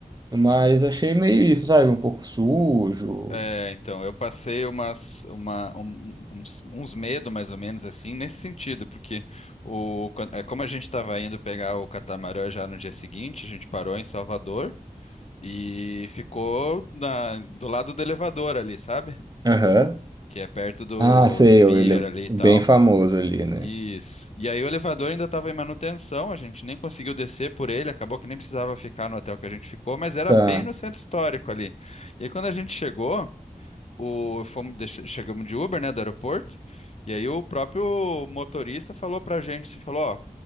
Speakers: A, on the left; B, on the right.
A: sim.
B: Mas achei meio isso, sabe? Um pouco sujo.
A: É, então, eu passei umas, uma, um- um- uns, uns medos, mais ou menos, assim, nesse sentido, porque o, quan- é, como a gente estava indo pegar o catamarã já no dia seguinte, a gente parou em Salvador e ficou na- do lado do elevador ali, sabe?
B: Aham.
A: Que é perto do,
B: Ah, sei,
A: do pier
B: eu- ele é
A: ali e
B: bem
A: tal.
B: famoso ali, né?
A: Isso. E aí o elevador ainda estava em manutenção, a gente nem conseguiu descer por ele, acabou que nem precisava ficar no hotel que a gente ficou, mas era
B: Tá.
A: bem no centro histórico ali. E aí, quando a gente chegou, o, fomos, deixa- chegamos de Uber, né, do aeroporto, e aí o próprio motorista falou pra gente, se falou, ó,